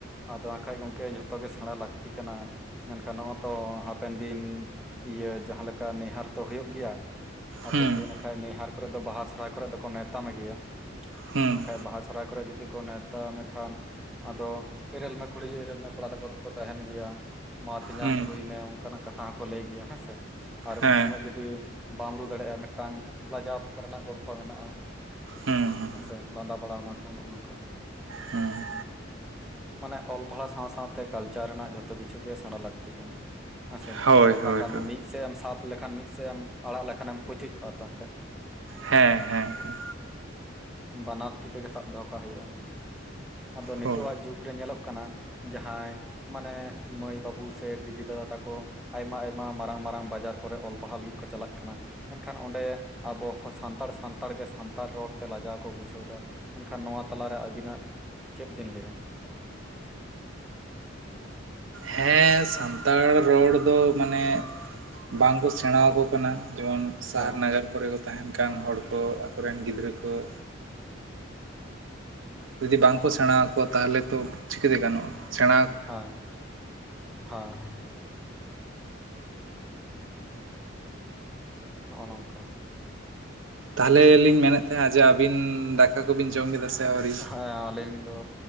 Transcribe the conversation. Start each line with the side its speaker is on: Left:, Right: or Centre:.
Centre: ᱟᱫᱚ ᱦᱟᱸᱠᱷᱟᱡ ᱜᱚᱢᱠᱮ ᱡᱷᱚᱛᱚ ᱜᱮ ᱥᱮᱬᱟ ᱞᱟᱹᱠᱛᱤ ᱠᱟᱱᱟ, ᱢᱮᱱᱠᱷᱟᱱ ᱱᱚᱜᱣᱟ ᱛᱚ ᱦᱟᱯᱮᱱ ᱫᱤᱱ ᱤᱭᱟᱹ ᱡᱟᱦᱟᱸ ᱞᱮᱠᱟ ᱱᱟᱹᱭᱦᱟᱨ ᱛᱚ ᱦᱩᱭᱩᱜ ᱜᱮᱭᱟ, ᱦᱟᱯᱮᱱ
Right: ᱦᱩᱸ
Centre: ᱫᱤᱱ ᱱᱟᱠᱷᱟᱡ ᱱᱟᱹᱭᱦᱟᱨ ᱠᱚᱨᱮ ᱫᱚ ᱵᱟᱦᱟ ᱥᱚᱦᱚᱨᱟᱭ ᱠᱚᱨᱮ ᱫᱚ ᱠᱚ ᱱᱮᱣᱸᱛᱟ ᱢᱮ ᱜᱮᱭᱟ,
Right: ᱦᱩᱸ
Centre: ᱵᱟᱠᱷᱟᱡ ᱵᱟᱦᱟ ᱥᱚᱦᱚᱨᱟᱭ ᱠᱚᱨᱮ ᱡᱩᱫᱤ ᱠᱚ ᱱᱮᱶᱛᱟ ᱠᱷᱟᱱ ᱟᱫᱚ ᱮᱨᱮᱞ ᱢᱮ ᱠᱩᱲᱤ ᱮᱨᱮᱞ ᱢᱮ ᱠᱚᱲᱟ ᱛᱟᱠᱚ ᱫᱚᱠᱚ ᱛᱟᱦᱮᱸᱱ ᱜᱮᱭᱟ, ᱢᱟ ᱛᱮᱧᱟᱝ
Right: ᱦᱩᱸ
Centre: ᱨᱩᱭ ᱢᱮ ᱚᱝᱠᱟᱱᱟᱜ ᱠᱟᱛᱷᱟ ᱦᱚᱸᱠᱚ ᱞᱟᱹᱭ ᱜᱮᱭᱟ ᱦᱮᱸᱥᱮ ᱟᱨ
Right: ᱦᱮᱸ
Centre: ᱩᱱ ᱥᱚᱢᱚᱭ ᱡᱩᱫᱤ ᱵᱟᱢ ᱨᱩ ᱫᱟᱲᱮᱭᱟᱜᱼᱟ ᱢᱤᱫᱴᱟᱝ ᱞᱟᱡᱟᱣ ᱠᱚᱨᱮᱱᱟᱜ ᱜᱚᱞᱯᱚ ᱢᱮᱱᱟᱜᱼᱟ
Right: ᱦᱩᱸ ᱦᱩᱸ
Centre: ᱦᱮᱸᱥᱮ᱾ ᱥᱮ ᱞᱟᱸᱫᱟ ᱚᱱᱟ ᱠᱚ ᱱᱚᱜᱼᱚ ᱱᱚᱝᱠᱟ,
Right: ᱦᱮᱸ᱾
Centre: ᱢᱟᱱᱮ ᱚᱞ ᱯᱟᱲᱦᱟᱣ ᱥᱟᱸᱣ ᱥᱟᱸᱣᱛᱮ ᱠᱟᱞᱪᱟᱨ ᱨᱮᱱᱟᱜ ᱡᱷᱚᱛᱚ ᱠᱤᱪᱷᱩ ᱜᱮ ᱥᱮᱬᱟ ᱞᱟᱹᱠᱛᱤ ᱠᱟᱱᱟ᱾ ᱦᱮᱸᱥᱮ,
Right: ᱦᱳᱭ ᱦᱳᱭ
Centre: ᱵᱟᱠᱷᱟᱱ
Right: ᱦᱳᱭ
Centre: ᱢᱤᱜ ᱥᱮᱜ ᱮᱢ ᱥᱟᱵ ᱞᱮᱠᱷᱟᱱ ᱢᱤᱫ ᱥᱮᱫ ᱮᱢ ᱟᱲᱟᱜ ᱞᱮᱠᱷᱟᱱ ᱮᱢ ᱯᱩᱪᱩᱪᱚᱜᱼᱟ ᱛᱚ ᱦᱟᱜ ᱠᱷᱟᱡ ᱾
Right: ᱦᱮᱸ, ᱦᱮᱸ, ᱦᱮᱸ ᱾
Centre: ᱵᱟᱱᱟᱨ ᱛᱤ ᱛᱮᱜᱮ ᱥᱟᱵ ᱫᱚᱦᱚ ᱠᱟᱜ ᱦᱩᱭᱩᱜᱼᱟ᱾ ᱟᱫᱚ ᱱᱤᱛᱳᱜ
Right: ᱦᱳᱭ
Centre: ᱟᱜ ᱡᱩᱜᱽ ᱨᱮ ᱧᱮᱞᱚᱜ ᱠᱟᱱᱟ ᱡᱟᱦᱟᱸᱭ ᱢᱟᱱᱮ ᱢᱟᱹᱭ ᱵᱟᱹᱵᱩ ᱥᱮ ᱫᱤᱫᱤ ᱫᱟᱫᱟ ᱛᱟᱠᱚ ᱟᱭᱢᱟ ᱟᱭᱢᱟ ᱢᱟᱨᱟᱝ ᱢᱟᱨᱟᱝ ᱵᱟᱡᱟᱨ ᱠᱚᱨᱮ ᱚᱞ ᱯᱟᱲᱦᱟᱜ ᱞᱟᱹᱜᱤᱫ ᱠᱚ ᱪᱟᱞᱟᱜ ᱠᱟᱱᱟ ᱾ ᱢᱮᱱᱠᱷᱟᱱ ᱚᱸᱰᱮ ᱟᱵᱚ ᱦᱚ ᱥᱟᱱᱛᱟᱲ ᱥᱟᱱᱛᱟᱲ ᱜᱮ ᱥᱟᱱᱛᱟᱲ ᱨᱚᱲᱛᱮ ᱞᱟᱡᱟᱣ ᱠᱚ ᱵᱩᱡᱷᱟᱹᱣᱫᱟ ᱾ ᱢᱮᱱᱠᱷᱟᱱ ᱱᱚᱣᱟ ᱛᱟᱞᱟᱨᱮ ᱟᱹᱵᱤᱱᱟᱜ ᱪᱮᱫ ᱵᱤᱱ ᱞᱟᱹᱭᱟ?
Right: ᱦᱮᱸ, ᱥᱟᱱᱛᱟᱲ ᱨᱚᱲ ᱫᱚ ᱢᱟᱱᱮ ᱵᱟᱝ ᱠᱚ ᱥᱮᱬᱟ ᱟᱠᱚ ᱠᱟᱱᱟ, ᱡᱮᱢᱚᱱ ᱥᱟᱦᱟᱨ
Centre: ᱦᱮᱸ
Right: ᱱᱟᱜᱟᱨ ᱠᱚᱨᱮ ᱠᱚ ᱛᱟᱦᱮᱸᱱ ᱠᱟᱱ ᱦᱚᱲ ᱠᱚ ᱟᱠᱚᱨᱮᱱ ᱜᱤᱫᱽᱨᱟᱹ ᱠᱚ ᱾ ᱡᱩᱫᱤ ᱵᱟᱝ ᱠᱚ ᱥᱮᱬᱟ ᱟᱠᱚ ᱛᱟᱦᱚᱞᱮ ᱛᱚ ᱪᱤᱠᱟᱹᱛᱮ ᱜᱟᱱᱚᱜᱼᱟ, ᱥᱮᱬᱟ
Centre: ᱦᱟᱸ, ᱦᱟᱸ, ᱦᱟᱸ ᱾ ᱱᱚᱜᱼᱚ ᱱᱚᱝᱠᱟ ᱾
Right: ᱛᱟᱦᱚᱞᱮ ᱞᱤᱧ ᱢᱮᱱᱮᱫ ᱛᱟᱦᱮᱸ ᱡᱟ ᱟᱹᱵᱤᱱ ᱫᱟᱠᱟ ᱠᱚ ᱵᱤᱱ ᱡᱚᱢ ᱠᱮᱫᱟ ᱥᱮ ᱟᱹᱣᱨᱤ
Centre: ᱦᱮᱸ ᱟᱹᱞᱤᱧ ᱫᱚ